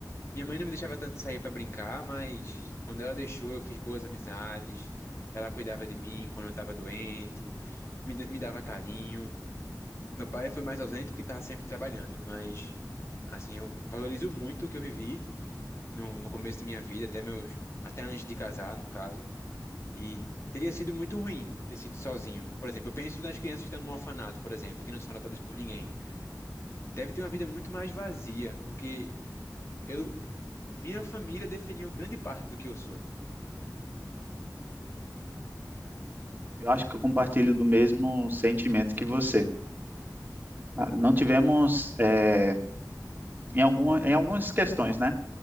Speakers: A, on the left; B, on the right.
A: Minha mãe não me deixava tanto sair pra brincar, mas quando ela deixou, eu fiz boas amizades. Ela cuidava de mim quando eu tava doente, me, da- me dava carinho. Meu pai foi mais ausente porque tava sempre trabalhando, mas assim, eu valorizo muito o que eu vivi no, no começo da minha vida, até meus, até antes de casar, no caso. E teria sido muito ruim ter sido sozinho. Por exemplo, eu penso nas crianças que estão no orfanato, por exemplo, que não são tratadas por ninguém. Deve ter uma vida muito mais vazia, porque eu minha família definiu grande parte do que eu sou.
B: Eu acho que eu compartilho do mesmo sentimento que você. Ah, Não tivemos, é, em alguma, em algumas questões, né?